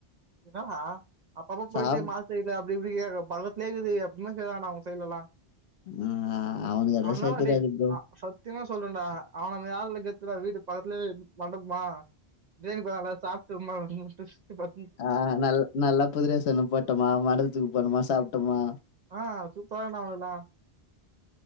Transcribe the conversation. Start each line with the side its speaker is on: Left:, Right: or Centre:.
Right: என்னடா அப்ப அப்ப போய்
Left: சாப்
Right: போய் மாஸ்டர்கிட்ட ட்ரிப்லிகேன்கு பக்கத்துலயே இருக்குது எப்பவுமே செய்வாங்க அவங்க சைட்லலா
Left: ஆ அவனுக்கு அதெல்லா
Right: அவனால
Left: செய்ய தெரியாது
Right: டேய்
Left: ப்ரோ
Right: அ சத்தியமா சொல்றேண்டா அவனுங்களுக்காகள கெ சுலா வீடு பக்கத்துலயே மண்டபமா டெய்லி போய் நல்லா சாப்ட்டு ம முடுச்ட்டு சுத்திபாத்
Left: ஆ நல் நல்லா புது டிரஸ் ஒன்னு போட்டோமா மண்டபத்துக்கு போணமா சாப்ட்டோமா
Right: ஆ சூப்பரானா அங்கல்லா